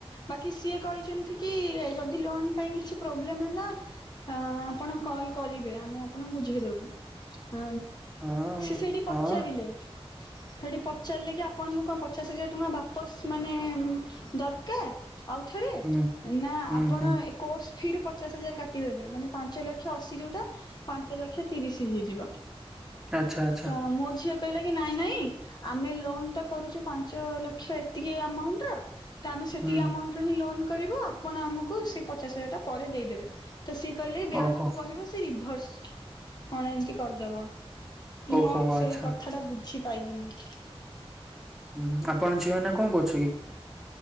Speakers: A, on the left (about 40°); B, in the centre.
A: ବାକି ସିଏ କହିଛନ୍ତି କି ଯଦି ଲୋନ ପାଇଁ କିଛି ପ୍ରୋବ୍ଲେମ ହେଲା ହ ଆପଣ କଲ୍ କରିବେ ଆମେ ଆପଣଙ୍କୁ ବୁଝେଇଦବୁ।
B: <unintelligible>
A: ହଁ
B: ହଁ
A: ସେ ସେଇଠି
B: ହଁ
A: ପଚାରିଲେ ସେଠି ଚିଲେ କି ଆପଣଙ୍କୁ କଣ ପଚାଶ ହଜାର ଟଙ୍କା ବାପସ ମାନେ ଦରକାର ଆଉ
B: ହୁଁ
A: ନା
B: ହୁଁ
A: ଆପଣ
B: ହୁଁ
A: ପଚାଶ ହଜାର କାଟିଦେବେ ମାନେ ପାଞ୍ଚ ଲକ୍ଷ ଅଶି ଯୋଉଟା ପାଞ୍ଚ ଲକ୍ଷ ତିରିଶ ହେଇଯିବ।
B: ଆଚଛା ଆଚ୍ଛା।
A: ତ ମୋ ଝିଅ କହିଲା କି ନାଇଁ ନାଇଁ ଆମେ ଲୋନ ତ କରୁଛୁ ପାଞ୍ଚ ଲକ୍ଷ ଏତିକି ଆମାଉଣ୍ଟ ର ତ ଆମେ ସେତିକି
B: ହୁଁ
A: ଆମାଉଣ୍ଟରେ ହିଁ ଲୋନ କରିବୁ ଆପଣ ଆମକୁ ସେ ପଚାଶ ହଜାର ଟା ପରେ ଦେଇଦେବେ। ତ ସିଏ କହିଲେ ବ୍ୟାଙ୍କ
B: ଓହୋ।
A: କୁ କହିବ ସେ ରିଭର୍ସ କଣ ଏମିତି କରିଦବ <inaudible> ମୁଁ
B: ଓହୋ
A: ଆଉ
B: ଆଚ୍ଛା
A: ସେଇ କଥା ଟା ବୁଝି ପାଇଲିିନୀ। <inaudible>
B: ହୁଁ ଆପଣ ଝିଅ ହେ ନା କଣ କରୁଛୁ କି? <inaudible>